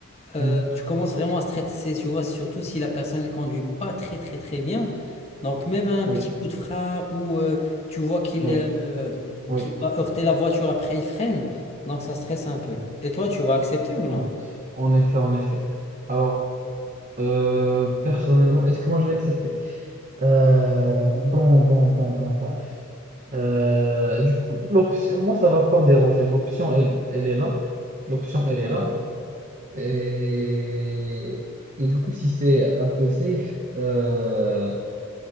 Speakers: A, on the left (about 30°); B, on the right (about 35°).
A: euh,
B: Hmm.
A: tu commences vraiment à stresser, tu vois, surtout si la personne ne conduit pas très, très, très bien. Donc, même un
B: Oui,
A: petit coup de frein ou euh, tu vois qu'il
B: oui,
A: euh,
B: oui.
A: qu'il va heurter la voiture après, il freine. Donc, ça stresse un peu. Et toi, tu vas accepter ou
B: En
A: non?
B: en effet, en effet. Alors, euh, personnellement, est-ce que moi je vais accepter? Euh, bon, bon, bon, bon, bon. Euh, du coup, l'option, moi, ça va pas me déranger. L'option, elle, elle est là. L'option, elle est
A: Ouais.
B: là. Et, et du coup, si c'est un peu safe, euh,